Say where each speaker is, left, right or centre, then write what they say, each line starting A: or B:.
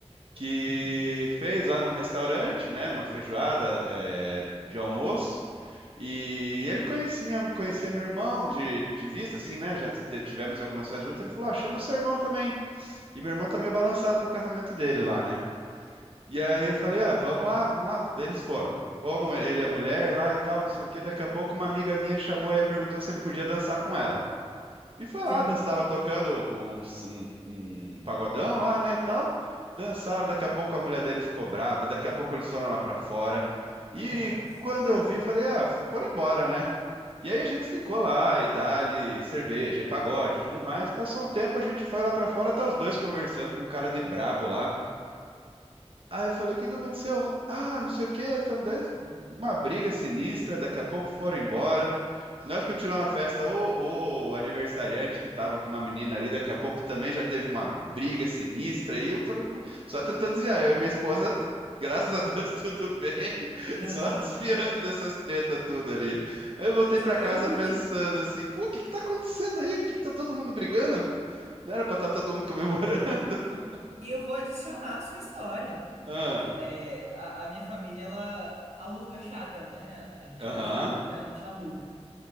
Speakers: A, on the right (about 55°); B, on the right (about 90°).
A: que
B: Uhum,
A: fez lá num restaurante, né, uma feijoada é, de almoço. E ele conhecia, minha- conhecia meu irmão de, de vista, assim, né? Já t- tivemos em algumas festas juntas. Ele falou: ah, chama seu irmão também. E meu irmão tá meio balançado no casamento dele lá, né? E aí
B: uhum.
A: eu falei: ah, vamos lá, vamos lá. Daí eles foram. Fomos ele e a mulher lá e tal, não sei o quê. Daqui a pouco uma amiga minha chamou e perguntou se ele podia dançar com ela. E foi lá,
B: Aham.
A: dança, tava tocando um, um- um pagodão lá, né, e tal. Dançaram, daqui a pouco a mulher dele ficou braba, daqui a pouco eles foram lá pra fora. E
B: Nossa.
A: quando eu vi, eu falei, ah, foram embora, né? E aí a gente ficou lá, e dali, cerveja, e pagode, e tudo mais. Passou um tempo, a gente foi lá pra fora, tá os dois conversando com um cara de brabo lá. Aí eu falei, o que que aconteceu? Ah, não sei o quê, tamo dando uma briga sinistra, daqui a pouco foram embora. Nós continuamos a festa. O, o aniversariante que tava com uma menina ali, daqui a pouco também já teve uma briga sinistra.
B: Hum.
A: E eu falei, "Pô, só tentando desviar. Eu e minha esposa, graças a Deus, <laughs> tudo bem.
B: <laughs>
A: Só desviando dessas tretas tudo ali. Aí eu voltei
B: Só
A: pra
B: querendo
A: casa
B: curtir.
A: pensando assim: pô, o que que tá acontecendo aí? O que que tá todo mundo brigando? Não era pra estar todo mundo comemorando. <laughs>
B: E eu vou adicionar a sua história.
A: Ah,
B: É, é, a, a minha família, ela aluga chácara, né? A gente
A: aham.
B: tem uma chácara que a gente aluga.